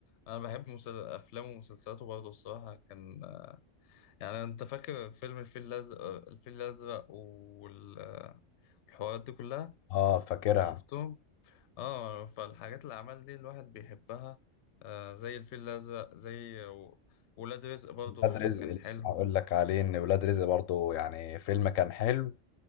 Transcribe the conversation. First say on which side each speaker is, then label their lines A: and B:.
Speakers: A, on the left; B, on the left.
A: أنا بحب مسل... أفلامه ومسلسلاته برضه الصراحة كان يعني أنت فاكر فيلم الفيل الأزرق الفيل الأزرق والحوارات دي كلها
B: اه فاكرها
A: شفتهم؟ اه فالحاجات الأعمال دي الواحد بيحبها آه زي الفيل الأزرق زي و... ولاد رزق برضه
B: ولاد رزق
A: كان
B: لسه
A: حلو
B: هقول لك عليه ان ولاد رزق برضه يعني فيلم كان حلو